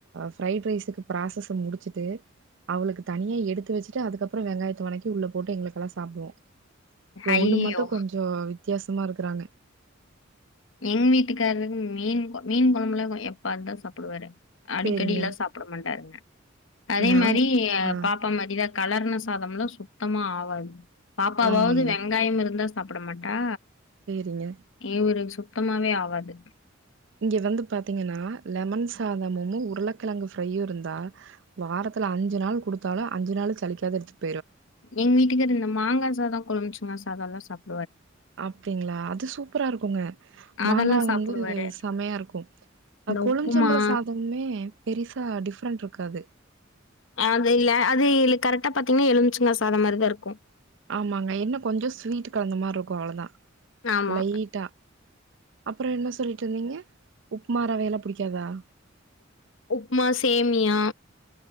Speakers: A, on the right; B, on the left.
A: ஃப்ரைட் ரைஸுக்கு ப்ராசஸ முடிச்சிட்டு அவளுக்கு தனியா எடுத்து வச்சுட்டு அதுக்கப்புறோ வெங்காயத்த வனக்கிட்டு உள்ள போட்டு எங்களுக்கெல்லா சாப்டுவோ இவே
B: ஐயோ!
A: ஒன்னு மட்டு கொஞ்சோ வித்தியாசமா இருக்குறாங்க
B: என் வீட்டுக்காரரு மீன் கொ மீன் கொழம்புலா இருகோ எப்பாதுதா சாப்புடுவாரு அடிக்கடில்லா
A: சேரிங்க
B: சாப்பிட மாட்டாருங்க அதே
A: நாங்
B: மாரி
A: ஆ
B: பாப்பா மாதிதா கலர்ன சாதம்லா சுத்தமா ஆவாது பாப்பாவாது
A: ஆமாங்க
B: வெங்காயம் இருந்தா சாப்ட மாட்டா
A: சேரிங்க
B: இவருக் சுத் சுத்தமாவே ஆவாது
A: இங்க வந்து பாத்தீங்கன்னா லெமன் சாதமமும் உருளக்கெழங்கு ஃப்ரையும் இருந்தா வாரத்துல அஞ்சு நாள் குடுத்தாலு அஞ்சு நாளு சளிக்காத எடுத்துப்
B: எங் வீட்டுக்காரு இந்த மாங்கா சாதோ கொழம்புச் அந் மாரி சாதோதா சாப்
A: அப்டிங்களா அது சுப் சூப்பரா இருக்கோங்க
B: அதெல்லாம்
A: மாங்கா வந்து
B: சாப்பிடுவாரு.
A: செமையா இருக்கு அ
B: இந்த
A: கொழும்ச்சம்பள
B: உப்புமா
A: சாதமே பெரிசா டிஃப்ரெண்ட் இருக்காது
B: அது இல்ல அது இல் கரெக்டா பாத்தீங்னா எலுமிச்சங்கா சாதம் மாதிரிதா இருக்கு
A: ஆமாங்க என்ன கொஞ்சொ ஸ்வீட் கலந்த மாரி இருக்கு அவ்ளொ தா
B: ஆமா.
A: லைட்டா அப்புற என்ன சொல்லிட்டிருந்தீங்க உப்மா ரவேல புடிக்காதா
B: உப்மா சேமியா